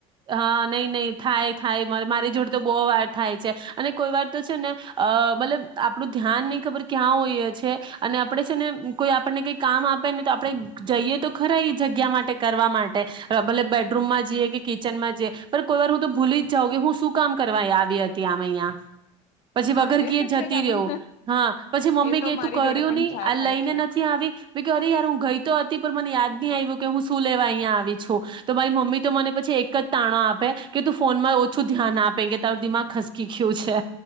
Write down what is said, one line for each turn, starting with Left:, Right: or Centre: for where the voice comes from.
Right: હા નઈ નઈ થાય થાય પણ મારી જોડ તો બહુ વાર થાય છે અને કોઈ વાર તો છે ને અ મતલબ આપડું ધ્યાન નઈ ખબર ક્યાં હોઈ છે અને આપડે છે ને કોઈ આપણને કઈ કામ આપેને તો આપણે જઈએ તો ખરા ઈ જગ્યા માટે કરવા માટે ભલે બેડરૂમમાં જઈએ કે કિચનમાં જે પણ કોઈ વાર હું તો ભૂલી જ જાઉ કે હું શું કામ કરવા આવી હતી આમાં અહીંયા પછી
Left: હા
Right: વગર કીયે
Left: એ તો છે
Right: જતી
Left: કે આપણ
Right: રહવું હા પછી મમ્મી
Left: એ
Right: કે
Left: તો
Right: તું
Left: મારી
Right: કર્યું
Left: જોડે પણ
Right: નહી આ લઈને
Left: થાય છે
Right: નથી આવી અરે યાર હું ગઈ તો હતી પણ મને યાદ નહી આવ્યું કે હું શું લેવા અહીં આવી છું તો મારી મમ્મી તો મને પછી એક જ તાણો આપે કે તું ફોન માં ઓછું ધ્યાન આપે કે તારું દિમાગ ખસકી ગયું છે.